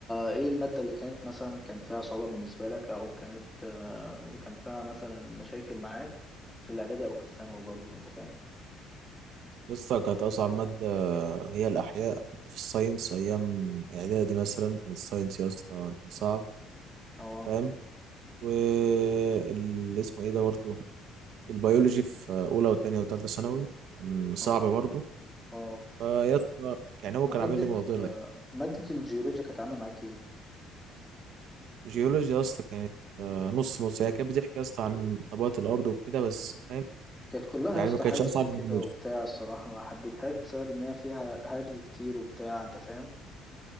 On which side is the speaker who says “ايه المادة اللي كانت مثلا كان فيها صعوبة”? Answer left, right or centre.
Centre